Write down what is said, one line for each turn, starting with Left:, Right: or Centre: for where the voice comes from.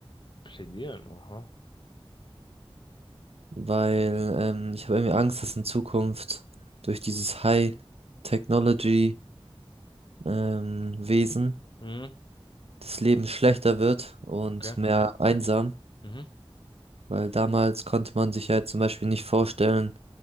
Left: plädieren, aha.
Right: weil ähm, ich habe irgendwie Angst, dass in Zukunft durch dieses High Technology ähm, Wesen
Left: Mhm,
Right: das Leben schlechter wird und
Left: okay.
Right: mehr einsam,
Left: Mhm.
Right: weil damals konnte man sich halt zum Beispiel nicht vorstellen,